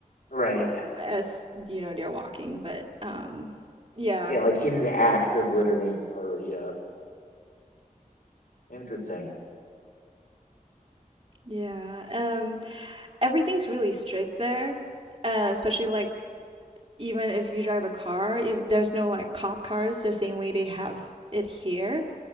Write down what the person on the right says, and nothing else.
as you know they're walking, but um yeah.
Yeah. Um, everything's really strict there, uh, especially like even if you drive a car, if there's no like cop cars the same way they have it here,